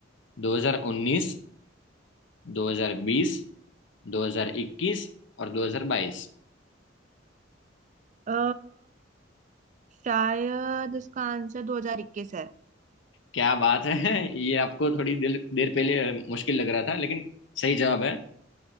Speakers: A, on the left; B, on the right.
A: 2019 2020 2021 और 2022
B: अ, शायद इसका आंसर 2021 है
A: क्या बात है <laughs> ये आपको थोड़ी देर देर पहले अ, मुश्किल लग रहा था लेकिन सही जवाब है